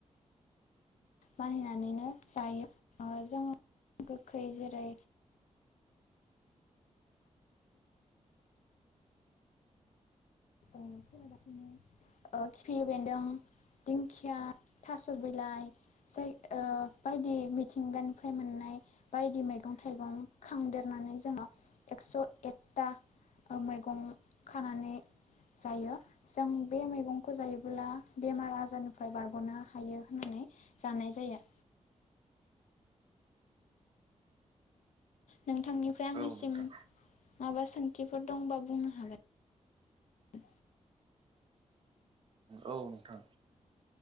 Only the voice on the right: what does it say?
औ नोंथां
औ नोंथां